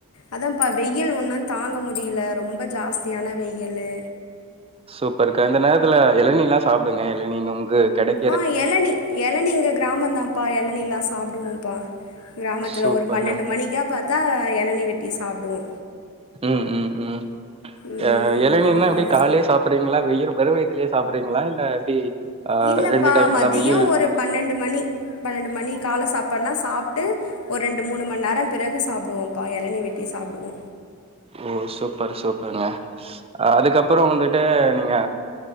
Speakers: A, on the left (about 70°); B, on the right (about 25°).
A: அதாம்ப்பா வெய்யில் ஒன்னு தாங்க முடியல ரொம்ப ஜாஸ்தியான வெய்யிலு
B: சூப்பர்க்க இந்த நேரத்துல எழநில்லா சாப்டுங்க எழநி நொங்கு கெடை
A: ஆ எழநி எழநி இங்க கிராமந்தாம்ப்பா எழநிலா சாப்டுவோம்ப்பா கிராமத்துல
B: சூப்பர்க்கா.
A: ஒரு பன்னெண்டு மணிக்கா பாத்தா எழநி வெட்டி சாப்டுவோ
B: ம் ம் ம்
A: ம்
B: எ எளநினா
A: அதெல்லா
B: எப்டி காலைலயே சாப்டறிங்ளா வெயில் வெறு வை த்துலயே சாப்டறிங்ளா இல்ல எப்டி ஆ
A: இல்லப்பா
B: டைம்
A: மதிய
B: அதான் வெயில்
A: ஒரு பன்னெண்டு மணி பன்னெண்டு மணி கால சாப் பாடல்லா சாப்ட்டு ஒரு ரெண்டு மூணு மணி நேர பிறகு சாப்டுவோம்ப்பா எளநி வெட்டி சாப்டுவோ
B: ஓ சூப்பர் சூப்பர்ங்க அதுக்கப்புற வந்துட்டு நீங்க